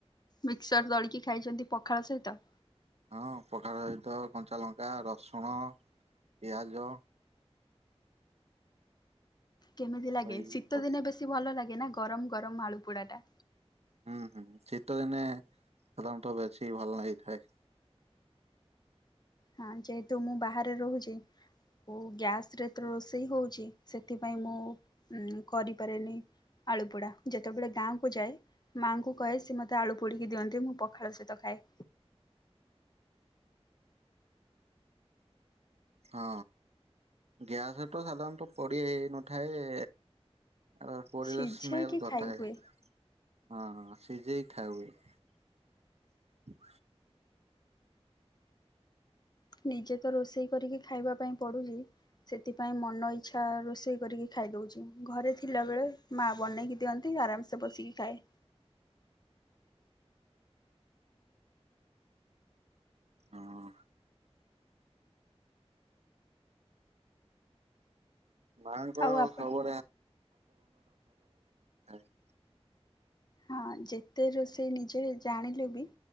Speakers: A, on the left (about 40°); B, on the right (about 75°).
A: ମିକ୍ସର ଦଳିକି ଖାଇଚନ୍ତି ପଖାଳ ସହିତ?
B: ହଁ ପଖାର ସହିତ କଞ୍ଚା ଲଙ୍କା ରସୁଣ ପିଆଜ।
A: କେମିତି ଲାଗେ
B: ଏଇ
A: ଶୀତ
B: ପକ୍
A: ଦିନେ ବେଶୀ ଭଲ ଲାଗେ ନା ଗରମ ଗରମ ଆଳୁ ପୋଡା ଟା।
B: ହୁଁ ହୁଁ ଶୀତ ଦିନେ ସାଧାରଣତ ବେଶୀ ଭଲ ଲାଗିଥାଏ।
A: ହଁ ଯେହେତୁ ମୁଁ ବାହାରେ ରହୁଚି। <unintelligible> ଗ୍ୟାସରେ ତ ରୋଷେଇ ହଉଚି ସେଥି ପାଇଁ ମୁଁ କରିପାରେନି। ଆଳୁ ପୋଡା ଯେତେବେଳେ ଗାଁକୁ ଯାଏ। ମାଆଙ୍କୁ କହେ ସେ ମୋତେ ଆଳୁ ପୋଡିକି ଦିଅନ୍ତି ମୁଁ ପଖାଳ ସହିତ ଖାଏ।
B: ହଁ ଗ୍ୟାସ ତ ସାଧାରଣତଃ ପଡ଼ି ହେଇ ନଥାଏ। ଆ ପୋଡ଼ିଲେ
A: ସିଝେଇକି
B: ସ୍ମଲ କରିଥାଏ।
A: ଖାଇ
B: ହିଁ
A: ହୁଏ
B: ହିଁ ସିଯେଇକି ଖାଇ ହୁଏ।
A: ନିଜେ ତ ରୋଷେଇ କରିକି ଖାଇବା ପାଇଁ ପଡୁଚି। ସେଥିପାଇଁ ମନ ଇଚ୍ଛା ରୋଷେଇ କରିକି ଖାଇଦଉଚି ଘରେ ଥିଲାବେଳେ। ମା ବନେଇକି ଦିଅନ୍ତି ଆରାମସେ ବସିକି ଖାଏ।
B: ହଁ। ମାଙ୍କ
A: ଆଉ ଆପଣ
B: ସବୁ <unintelligible>
A: ହଁ ଯେତେ ରୋଷେଇ ନିଜେ ଜାଣିଲେ ବି